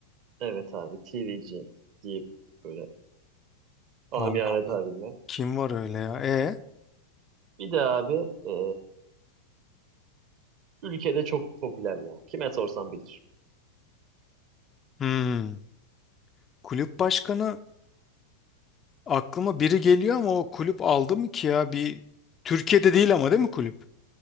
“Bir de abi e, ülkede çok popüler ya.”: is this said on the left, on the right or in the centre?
Right